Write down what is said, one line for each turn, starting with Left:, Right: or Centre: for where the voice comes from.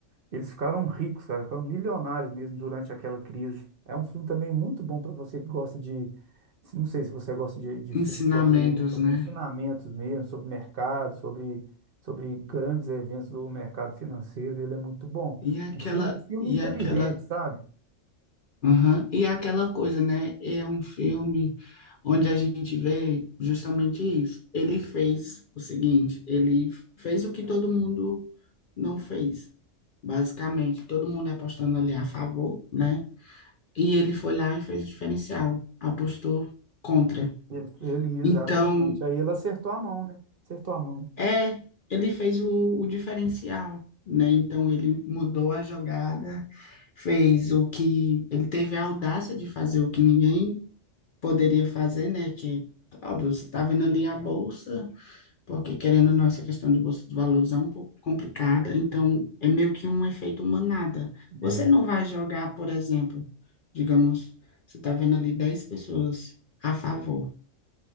Right: eles ficaram ricos, cara, ficaram milionários mesmo durante aquela crise. É um filme também muito bom para você que gosta de. Não sei se você gosta de, de
Left: Ensinamentos,
Right: filmes sobre, sobre
Left: né?
Right: ensinamentos mesmo, sobre mercado, sobre, sobre grandes eventos do mercado financeiro. Ele é muito bom.
Left: E aquela,
Right: Um filme, um filme
Left: e
Right: inteligente,
Left: aquela,
Right: sabe?
Left: Aham. E aquela coisa, né? É um filme onde a gente vê justamente isso. Ele fez o seguinte, ele fez o que todo mundo não fez, basicamente. Todo mundo apostando ali a favor, né? E ele foi lá e fez o diferencial, apostou contra.
Right: Ele, ele, exatamente.
Left: Então,
Right: Aí ele acertou a mão, né? Acertou a mão.
Left: É, ele fez o, o diferencial, né? Então ele mudou a jogada, fez o que ele teve a audácia de fazer o que ninguém poderia fazer, né? Que óbvio, você está vendo ali a bolsa, porque querendo ou não, essa questão de bolsa de valores é um pouco complicada, então é meio que um efeito manada. Você
Right: É.
Left: não vai jogar, por exemplo, digamos, você está vendo ali 10 pessoas a favor.